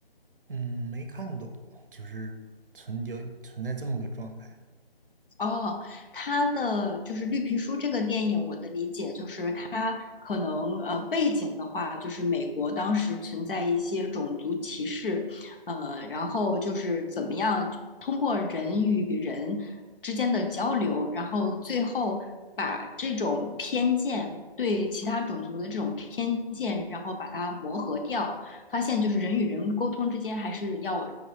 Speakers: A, on the right (about 60°); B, on the left (about 60°).
A: 嗯，没看懂，就是存有存在这么个状态。
B: 哦，他的就是《绿皮书》这个电影，我的理解就是它可能呃背景的话，就是美国当时存在一些种族歧视，呃，然后就是怎么样通过人与人之间的交流，然后最后把这种偏见对其他种族的这种偏见，然后把它磨合掉，发现就是人与人沟通之间还是要